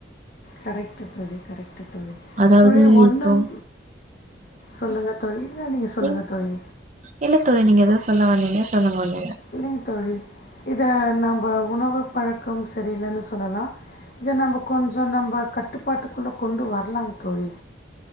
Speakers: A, on the left; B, on the right.
A: கரெக்ட் தோழி கரெக்ட் தோழி
B: அதாவது
A: தோழி ஒண்ணும்
B: இப்போ
A: சொல்லுங்க தோழி இல்ல நீங்க சொல்லுங்க
B: நீங்
A: தோழி
B: இல்ல தோழி நீங்க எதோ சொல்ல வந்திங்க சொல்லுங் வந்தத
A: இல்லங்க தோழி இத நம்ப உணவு பழக்கம் சரியில்லன்னு சொல்லலாம் இத நம்ம கொஞ்சம் நம்ப கட்டுப்பாட்டுக்குள்ள கொண்டு வரலாம் தோழி